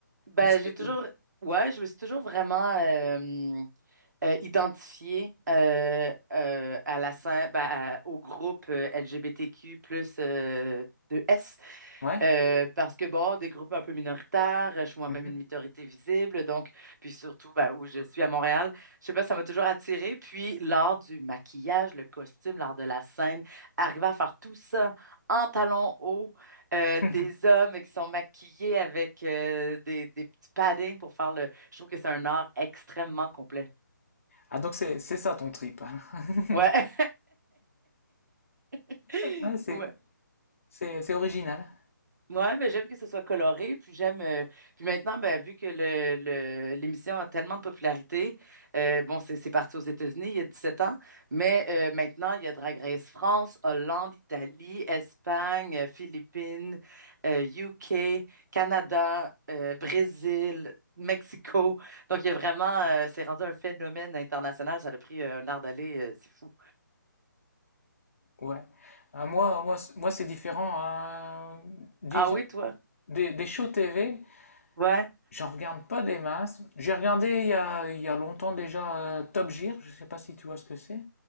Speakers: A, on the right (about 60°); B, on the left (about 40°).
A: Ben,
B: Ou c'est
A: j'ai
B: les
A: toujours,
B: deux?
A: ouais, je me suis toujours vraiment euh, euh, identifiée euh, euh, à la scène, ben, à- au groupe euh, LGBTQ plus euh, de S.
B: Ouais?
A: Euh, parce que, bon, des groupes un peu minoritaires, je suis moi-même
B: Mhm.
A: une minorité visible, donc, puis surtout, ben, où je suis à Montréal, je sais pas, ça m'a toujours attirée. Puis l'art du maquillage, le costume, l'art de la scène, arriver à faire tout ça en talons hauts, euh,
B: <laughs>
A: des hommes qui sont maquillés avec euh, des, des petits paddings pour faire le... Je trouve que c'est un art extrêmement complet.
B: Ah, donc c'est c'est ça ton trip. <laughs>
A: Ouais. <laughs>
B: Ouais, c'est
A: Ouais.
B: c'est- c'est original.
A: Ouais, mais j'aime que ce soit coloré, puis j'aime euh, puis maintenant, ben, vu que le, le- l'émission a tellement de popularité, euh, bon, c'est c'est parti aux États-Unis il y a 17 ans, mais euh, maintenant, il y a Drag Race France, Hollande, Italie, Espagne, euh, Philippines, euh, UK, Canada, euh, Brésil, Mexico. Donc, il y a vraiment, euh, c'est rendu un phénomène international. Ça a pris euh, un art d'aller, euh, c'est fou.
B: Ouais. Ah, moi, moi, c- moi c'est différent. hein. Disons,
A: Ah oui, toi?
B: des, des shows TV,
A: Ouais.
B: j'en regarde pas des masses. J'ai regardé il y a, il y a longtemps déjà euh, Top Gear, je sais pas si tu vois ce que c'est.